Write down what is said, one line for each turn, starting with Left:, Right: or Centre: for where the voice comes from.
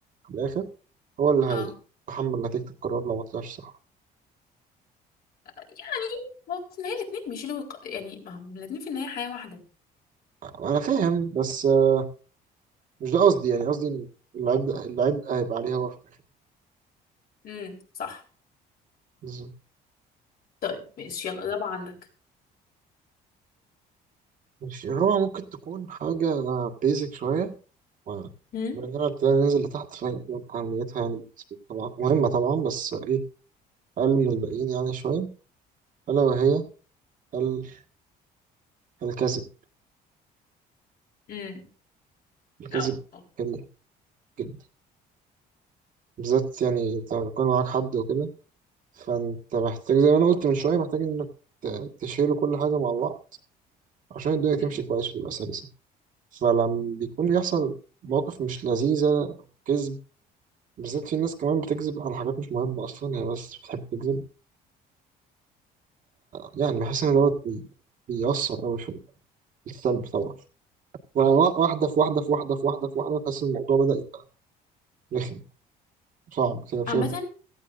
Right: في الاخر هو اللي هيتحمل
Left: اه
Right: نتيجه القرار لو ما طلعش صح
Left: يعني هو في النهاية الاتنين بيشيلوا الق- يعني ما هم الاتنين في النهاية حياة واحدة
Right: انا فاهم بس آه، مش ده قصدي يعني قصدي ان العبء العبء هيبقى عليه هو في الاخر
Left: امم صح
Right: بالظبط
Left: طيب ماشي يلا الرابعة عندك
Right: ماشي الرابعه ممكن تكون حاجه بيزك شويه و-
Left: امم
Right: باننا ابتدينا ننزل لتحت فأهميتها يعني بالنسبة لي طبعا مهمة طبعا بس إيه أقل من الباقيين يعني شوية ألا وهي ال- الكذب
Left: امم
Right: الكذب
Left: اه آه.
Right: كبير جدا بالذات يعني انت بيكون معاك حد وكده فانت محتاج زي ما انا قلت من شويه محتاج انك ت- تشيلوا كل حاجه مع بعض عشان الدنيا
Left: مم.
Right: تمشي كويس وتبقى سلسه فلما بيكون بيحصل مواقف مش لذيذه او كذب بالذات في ناس كمان بتكذب على حاجات مش مهمه اصلا هي بس بتحب تكذب يعني بحس ان دوت بي- بيأثر قوي في السلب طبعا وأنا واحده في واحده في واحده في واحده في واحده تحس إن الموضوع بدأ يبقى رخم صعب كده مش
Left: عامة
Right: قادر تت-